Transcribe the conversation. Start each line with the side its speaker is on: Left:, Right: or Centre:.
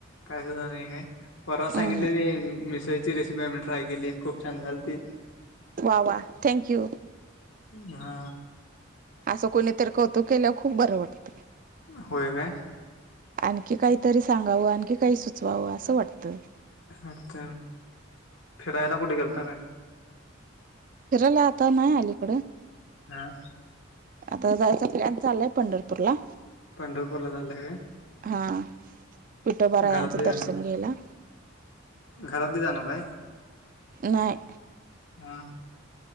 Left: काय सुद्धा नाही काय? परवा सांगितलेले
Right: अहं
Left: मि ची रेसिपी आम्ही ट्राय केली. खूप छान झालती.
Right: वा वा, थँक यू.
Left: हा
Right: असं कोणीतरी कौतुक केल्यावर खूप बरं वाटतं.
Left: होय काय?
Right: आणखी काहीतरी सांगावं आणखी काही सुचवावं असं वाटतं.
Left: आता फिरायला कुठे गेलता काय?
Right: फिरायला आता नाही अलीकडं.
Left: हां.
Right: आता जायचा प्लॅन चाललाय पंढरपूर ला.
Left: पंढरपूरला चाललाय काय
Right: हां विठोबा रायांचं
Left: घरातली जाणार
Right: दर्शन घ्यायला.
Left: घरातली जाणार आहे?
Right: नाही.
Left: हां.